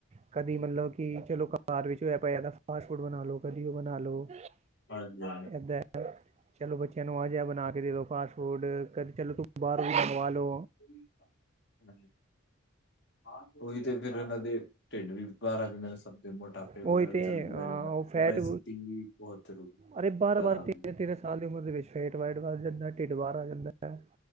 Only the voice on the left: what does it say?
ਹਾਂਜੀ, ਹਾਂਜੀ,
<inaudible> ਹਾਂ ਉਹੀ ਤੇ ਫਿਰ ਉਹਨਾਂ ਦੇ ਢਿੱਡ ਵੀ ਬਾਰ ਆ ਜਾਂਦੇ ਨੇ ਸਭ ਤੇ ਮੋਟਾਪੇ
ਵਗੈਰਾ
ਜਲਦੀ
ਆ ਜਾਂਦਾ
ਮਓਬੈਸਟੀ ਵੀ ਬੋਤ ਜ਼ਰੂਰੀ
ਜ਼ਿਆਦਾ ਆ
ਗਈ।